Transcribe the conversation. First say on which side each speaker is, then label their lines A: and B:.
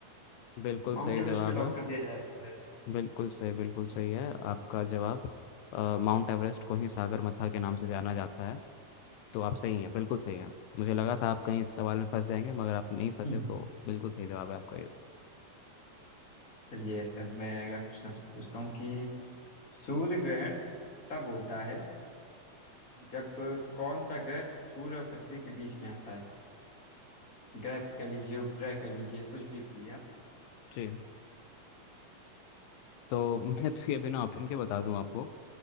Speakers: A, on the left; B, on the left.
A: बिल्कुल
B: माउंट
A: सही
B: एवरेस्ट
A: जवाब
B: पे
A: है
B: लॉक कर दिया जाए
A: बिल्कुल सही बिल्कुल सही है आपका जवाब अ, माउंट एवरेस्ट को ही सागरमाथा के नाम से जाना जाता है तो आप सही हैं बिल्कुल सही हैं मुझे लगा था आप कहीं इस सवाल में फंस जाएंगे मगर आप नहीं फंसे
B: हम्म।
A: तो बिल्कुल सही जवाब है आपका ये
B: चलिए अब मैं अगला क्वेश्चन आपसे पूछता हूँ कि सूर्य ग्रहण तब होता है जब कौन सा ग्रह सूर्य और पृथ्वी के बीच में आता है ग्रह कह लीजिए उपग्रह कह लीजिए कुछ भी बोलिए आप
A: जी तो मैं तो ये बिना ऑप्शन के बता दूं आपको